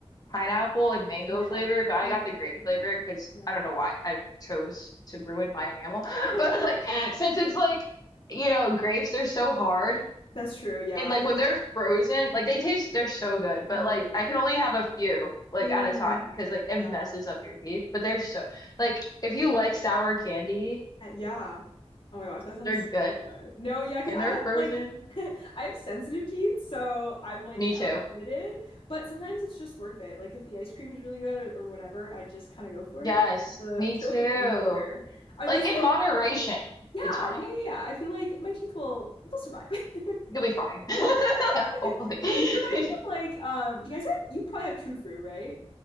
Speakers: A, on the left (about 35°); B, on the left (about 55°).
A: pineapple and mango
B: Yeah.
A: flavor, but I
B: Ooh,
A: got the grape
B: Yeah.
A: flavor because
B: yum.
A: I don't know why I chose to ruin my enamel. <laughs>
B: <laughs>
A: But like, since it's like, you know, grapes, they're so hard.
B: That's true. Yeah.
A: And like when they're frozen, like they taste, they're so good. But
B: I'm
A: like
B: sure they
A: I
B: are.
A: can
B: Yeah.
A: only have a few like
B: Mm.
A: at a time because like it
B: Yeah.
A: messes up your teeth. But they're so like if you like sour candy,
B: Uh, Yeah. Oh my gosh, that sounds
A: they're good
B: so good. No, yeah, because
A: and
B: I
A: they're
B: have
A: frozen.
B: like <laughs> I have sensitive teeth, so I'm like
A: Me
B: kind
A: too.
B: of limited, but sometimes it's just worth it. Like if the ice cream is really good or, or whatever, I just kind of go for
A: Yes,
B: it. Deal with The
A: me
B: deal
A: too.
B: with the pain later. Are
A: Like
B: these
A: in
B: like
A: moderation,
B: yeah,
A: it's fine.
B: yeah, yeah, yeah. I feel like my teeth will they'll survive. <laughs>
A: You'll be fine. <laughs>
B: It'll work out. Yeah.
A: Hopefully.
B: <laughs>
A: <laughs>
B: These remind me of like um do you guys have you probably have True Fruit, right?